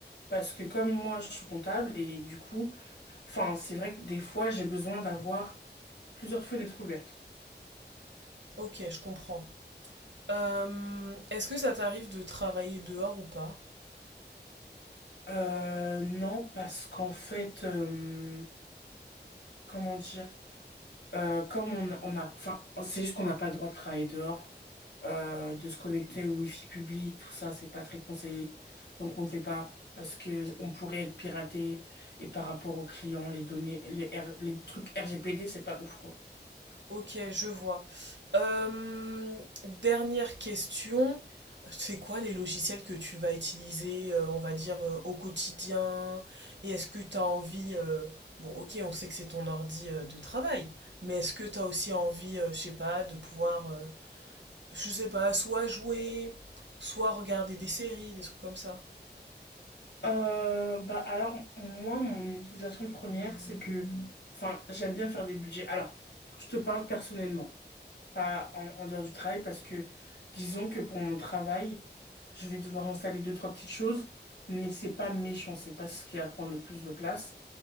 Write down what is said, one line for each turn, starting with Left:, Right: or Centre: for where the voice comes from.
Left: Parce que comme moi, je suis comptable et du coup, enfin, c'est vrai que des fois, j'ai besoin d'avoir plusieurs fenêtres ouvertes.
Right: Ok, je comprends. Euh, est-ce que ça t'arrive de travailler dehors ou pas?
Left: Euh, non, parce qu'en fait, euh, comment dire? Euh, comme on, on a, enfin, c'est juste qu'on n'a pas le droit de travailler dehors, euh, de se connecter au wifi public, tout ça, c'est pas très conseillé. Donc on ne fait pas parce que on pourrait être piraté et par rapport aux clients, les données, les, R- les trucs RGPD, c'est pas ouf quoi.
Right: Ok, je vois. Euh, dernière question. C'est quoi les logiciels que tu vas utiliser, euh, on va dire, euh, au quotidien? Et est-ce que tu as envie, euh, bon, ok, on sait que c'est ton ordi, euh, de travail, mais est-ce que tu as aussi envie, euh, je sais pas, de pouvoir, euh, je sais pas, soit jouer, soit regarder des séries, des trucs comme ça?
Left: Euh, bah alors moi mon utilisation première c'est que enfin j'aime bien faire des budgets. Alors je te parle personnellement, pas en, en dehors du travail parce que disons que pour mon travail je vais devoir installer deux trois petites choses mais c'est pas méchant, c'est pas ce qui va prendre le plus de place